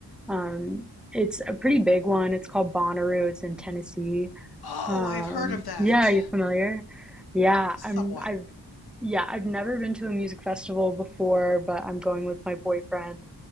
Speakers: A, in the centre; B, on the left.
A: Um, it's a pretty big one. It's called Bonnaroo. It's in Tennessee.
B: Oh,
A: Um,
B: I've heard of that
A: yeah, you familiar? Yeah,
B: somewhat.
A: I'm I've yeah, I've never been to a music festival before, but I'm going with my boyfriend